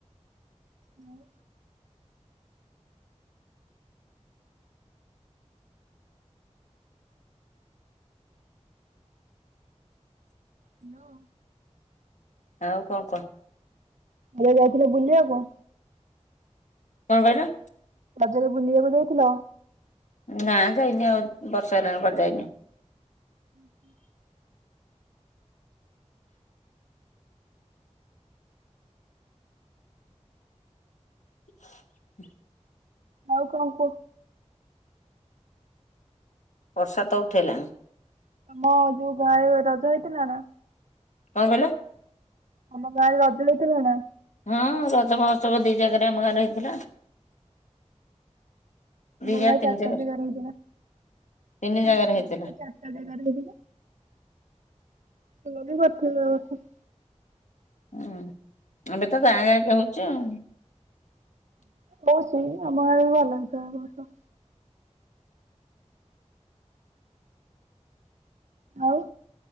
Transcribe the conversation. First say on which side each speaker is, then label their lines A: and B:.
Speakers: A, on the right; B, on the left.
A: ଆଉ। ହେଲୋ।
B: ଆଉ କଣ କହ?
A: ଏବେ ଯାଇଥିଲ ବୁଲିବା କୁ?
B: କଣ କହିଲ?
A: ରଥରେ ବୁଲିବାକୁ ଯାଇଥିଲ?
B: ନା ଯାଇନି ଆଉ ବର୍ଷେ ହେଲାଣି କୁଆଡେ ଯାଇନି।
A: <inaudible>
B: <inaudible>
A: ଆଉ କଣ କୁହ?
B: ବର୍ଷା ତ ଉଠେଇଲାଣି।
A: ତମ ଯୋଉ ଗାଁ ରେ ରଜ ହେଇଥିଲା ନା?
B: କଣ କହିଲ?
A: ତମ ଗାଁରେ ରଜ ହେଇ ଥିଲା ନା?
B: ହଁ ରଜ ମହୋତ୍ସବ ଦି ଜାଗାରେ ଆମ ଗାଁରେ ହେଇଥିଲା।
A: ଆମ
B: ଦି ଜାଗା
A: ଗାଁ ରେ
B: ତିନି
A: ଚାଟା
B: ଜାଗା
A: ଜାଗାରେ ହେଇଥିଲା।
B: ତିନି ଜାଗାରେ
A: ଆମ
B: ହେଇଥିଲା।
A: ଗାଁ ଚାଟ୍ ଟା ଜାଗାରେ ହେଇଥିଲା, ଭଲ ବି କରିଥିଲେ ଏଇ ବର୍ଷ।
B: ଉଁ ଏବେ ତ ଗାଁ ଗାଁ କେ ହଉଚେ ଆଉ।
A: ଉଁ ହଉଚି ଆମ ଗାଁ ରେ ବି ଭଲ ହେଇଥିଲା ଏଇ ବର୍ଷ। ଆଉ।